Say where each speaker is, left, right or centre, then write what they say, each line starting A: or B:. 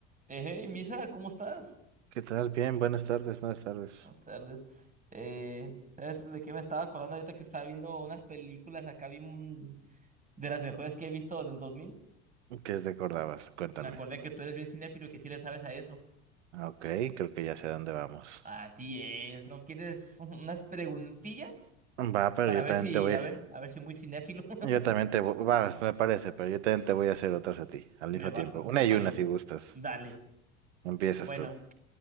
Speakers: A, on the right (about 20°); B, on the right (about 65°).
A: Eh, hey, Misa, ¿cómo estás?
B: ¿Qué tal? Bien, buenas tardes, buenas tardes.
A: Buenas tardes. Eh, ¿sabes de qué me estaba acordando ahorita que estaba viendo unas películas acá vi un- de las mejores que he visto del 2000?
B: ¿Qué recordabas? Cuéntame.
A: Me acordé que tú eres bien cinéfilo y que sí le sabes a eso.
B: Ah, Ok, creo que ya sé a dónde vamos.
A: Así es, ¿no quieres <laughs> un- unas preguntillas
B: Va, pero
A: para
B: yo
A: ver
B: también
A: si,
B: te voy.
A: a ver, a ver si muy cinéfilo <laughs>
B: Yo también te voy. Va, me parece, pero yo también te voy a hacer otras a ti, al
A: me
B: mismo
A: va,
B: tiempo.
A: me
B: Una
A: parece.
B: y una si gustas.
A: Dale.
B: Empiezas
A: Bueno,
B: tú.